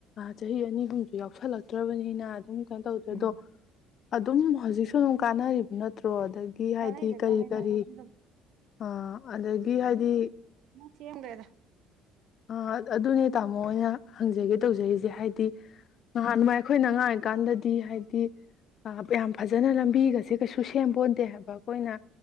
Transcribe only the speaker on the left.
ꯆꯍꯤ ꯑꯅꯤꯒꯨꯝꯁꯨ ꯌꯥꯎꯁꯜꯂꯛꯇ꯭ꯔꯕꯅꯤꯅ ꯑꯝ ꯀꯩꯝ ꯇꯧꯗ꯭ꯔꯦ
ꯑꯗꯣ ꯑꯗꯨꯝ ꯍꯧꯖꯤꯛꯁꯨ ꯑꯗꯨꯝ ꯀꯥꯟꯅꯔꯤꯕ ꯅꯠꯇ꯭ꯔꯣ ꯑꯗꯒꯤ ꯍꯥꯏꯗꯤ
ꯀꯔꯤ
ꯀꯔꯤ
ꯑ ꯑꯗꯒꯤ ꯍꯥꯏꯗꯤ
ꯑꯥ ꯑꯗꯨꯅꯦ ꯇꯥꯃꯣ ꯑꯩꯅ ꯍꯪꯖꯒꯦ ꯇꯧꯖꯔꯤꯁꯦ ꯍꯥꯏ ꯗꯤ ꯅꯍꯥꯟꯋꯥꯏ ꯑꯩꯈꯣꯏꯅ ꯑꯉꯥꯡ ꯑꯣ ꯀꯥꯟꯅꯗꯦ ꯍꯥꯏꯗꯤ ꯌꯥꯝ ꯐꯖꯅ ꯂꯝꯕꯤꯒꯁꯦ ꯀꯩꯁꯨ ꯁꯦꯝꯄꯣꯠꯇꯦ ꯍꯥꯏꯕ ꯑꯩꯈꯣꯏꯅ